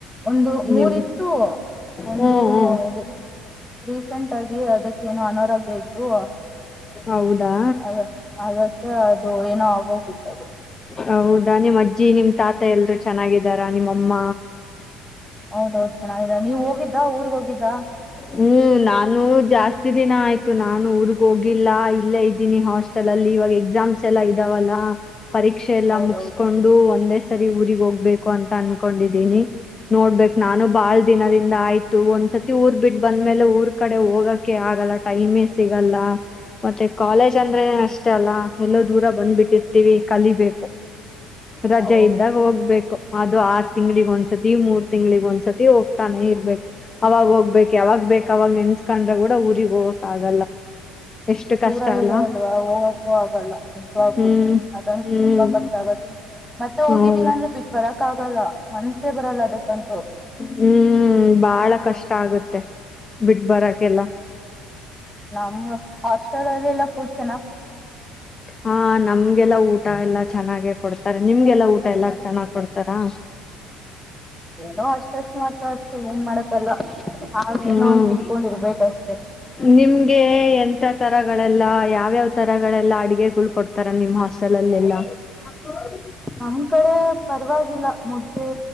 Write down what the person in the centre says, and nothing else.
ಒಂದು ಮೂರಿತ್ತು
ಒಂದು
ದು ರಸೆಂಟ್ ಆಗಿ ಅದಕ್ಕೇನು ಅನಾರೋಗ್ಯ ಇತ್ತು.
ಅದ ಅದಕ್ಕ ಅದು ಏನೋ ಆಗೋಗಿತ್ತು ಅದು
ಹೌದ ಹೌದು ಚೆನ್ನಾಗಿದೆ ನೀವ ಹೋಗಿದ್ದಾ ಊರ್ಗ ಹೋಗಿದ್ದಾ.
ಹೌದೌದು
ಹೌ
ದೂರ
ಇದೆ ಅಲ್ವಾ ಹೋಗಕ್ಕೂ ಆಗಲ್ಲ ನಿಜವಾಗ್ಲಲು
ಅದೊಂದ
ತುಂಬಾ ಕಷ್ಟ ಆಗತ್ ಮತ್ತೆ ಹೋಗಿದ್ದೀವ
ಅಂದ್ರೆ ಬಿಟ್ಟ ಬರಕ್ ಆಗಲ್ಲ ಮನ್ಸೇ ಬರಲ್ಲ ಅದಕ್ಕಂತೂ
ನಮ್ ಹಾಸ್ಟೆಲ್ ಅಲ್ಲಿ ಎಲ್ಲ ಕೂರ್ಚ
ಏನೋ ಅಷ್ಟಷ್ಟ ಮಾತ್ರ ಅಷ್ಟೇ ಏನ್ ಮಾಡಕಲ್ಲ ಆ
ಏನೋ ಒಂದ ತಿನ್ಕೊಂಡಿರ್ಬೇಕಷ್ಟೆ.
ನಮ್ ಕಡೆ ಪರವಾಗಿಲ್ಲ ಮುದ್ದೆ